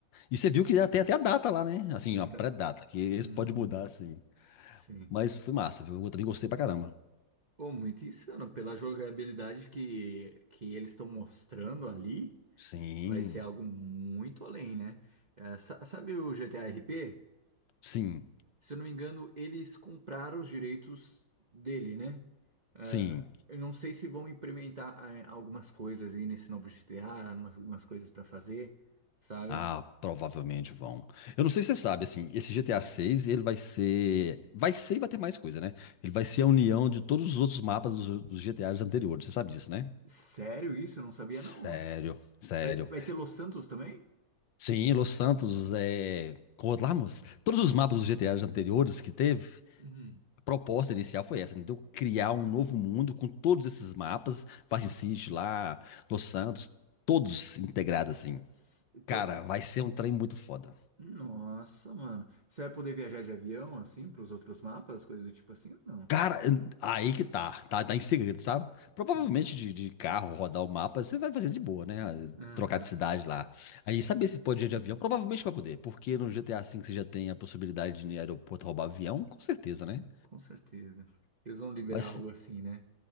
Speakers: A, on the left; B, on the right.
A: E você viu que já tem até a data lá, né? Assim,
B: Eu
A: a
B: já-
A: pré-data, que esse
B: Uhum,
A: pode mudar, assim.
B: Sim.
A: Mas foi massa, viu? Eu também gostei pra caramba.
B: Pô, muito insano. Pela jogabilidade que, que eles estão mostrando ali,
A: Sim,
B: vai ser algo muito além, né? É, sa- sabe o GTA RP?
A: sim,
B: Se eu não me engano, eles compraram os direitos dele, né? Ah,
A: sim.
B: eu não sei se vão implementar ah, algumas coisas aí nesse novo GTA, umas, umas coisas pra fazer, sabe?
A: Ah, provavelmente vão. Eu não sei se você sabe, assim, esse GTA
B: Uhum.
A: VI, ele vai ser... Vai ser e vai ter mais coisa, né? Ele vai ser a união de todos os outros mapas dos, dos GTAs anteriores. Você sabe disso, né?
B: Sério isso? Eu não sabia,
A: Sério,
B: não.
A: sério.
B: Vai, vai ter Los Santos também?
A: Sim, Los Santos, é... como lá, moço? Todos os mapas dos GTAs anteriores que teve,
B: Uhum.
A: a proposta inicial foi essa, entendeu? Criar um novo mundo com todos esses mapas, Vice City lá, Los Santos, todos integrados assim.
B: S-
A: Cara,
B: tô-
A: vai ser um trem muito foda.
B: Nossa, mano. Você vai poder viajar de avião, assim, pros outros mapas, coisas do tipo assim? Não.
A: Cara, aí que tá, tá, tá em segredo, sabe? Provavelmente
B: Hum.
A: de, de carro, rodar o mapa, você vai fazer de boa, né?
B: Aham.
A: Trocar de cidade lá. Aí,
B: Sim,
A: saber se pode ir de avião? Provavelmente vai poder, porque no GTA V você já tem a possibilidade de ir no aeroporto roubar avião, com certeza, né?
B: com certeza. Eles vão liberar
A: Vai ser...
B: algo assim, né?